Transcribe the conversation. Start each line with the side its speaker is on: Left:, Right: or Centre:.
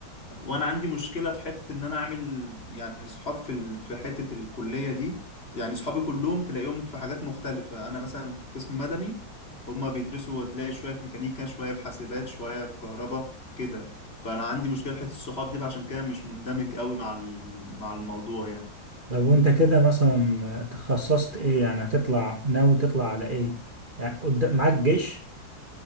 Left: وانا عندي مشكله في حته ان انا اعمل يعني صحاب في ال... في حته الكليه دي يعني صحابي كلهم تلاقيهم في حاجات مختلفه انا مثلا في قسم مدني هما بيدرسوا تلاقي شويه في ميكانيكا شويه في حاسبات شويه في كهرباء كده فانا عندي مشكله في حته الصحاب دي فعشان كده مش مندمج قوي مع ال... مع الموضوع يعني
Right: لو انت كده مثلا تخصصت ايه يعني هتطلع ناوي تطلع على ايه يعني قدام معاك جيش